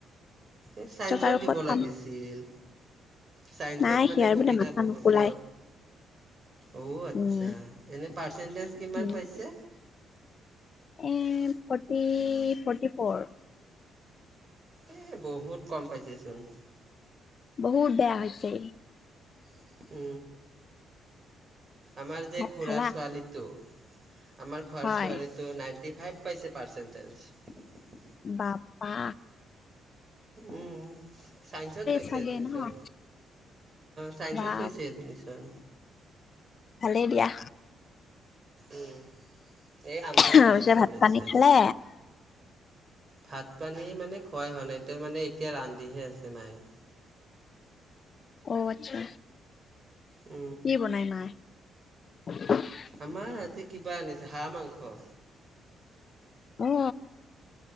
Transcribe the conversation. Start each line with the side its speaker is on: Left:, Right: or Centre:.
Right: এই চাইন্সত
Left: আৰু
Right: দিব
Left: ক'ত পাম
Right: লাগিছিল। ছাইন্সত
Left: নাই
Right: মানে
Left: সিয়াৰ
Right: সুবিধা
Left: বোলে মাথা
Right: বহুত
Left: নোকোলাই
Right: ন অ' আচ্ছা
Left: উম
Right: এনেই পাৰ্চেণ্টেজ কিমান
Left: উম,
Right: পাইছে।
Left: এ ফৰ্টি ফৰ্টি ফ'ৰ।
Right: এই বহুত কম পাইছেচোন। <inaudible>
Left: বহুত বেয়া হৈছে।
Right: উ, আমাৰ যে
Left: ভাত
Right: খুৰাৰ
Left: খালা
Right: ছোৱালীটো। আাৰ খোৱাৰ
Left: হয়
Right: ছোৱালীটোো নাইন। থৰ্টি ফাইভ পইচা পাৰ্চেণ্টেজ।
Left: বাপ্পা।
Right: উম। চাইন্সত লৈছে
Left: চাগে
Right: এডমিশন
Left: ন
Right: চাইন্ঞ্চত
Left: বা
Right: লৈছে এডমিশন
Left: ভালেই দিয়া
Right: উম এই আমজগাত
Left: তাৰপিছত
Right: এডমিশন
Left: ভাত
Right: লৈছে
Left: পানী খালে
Right: ভাত পানী মানে খুৱাই হোৱা নাই এতিয়া মানে এতিয়া ৰান্ধিহে আছে মায়ে
Left: অ আচ্ছা
Right: উ
Left: কি বনাই মায়ে <unintelligible>
Right: আমাৰ আজি কিবা আনিছে হাহমাংখ
Left: অ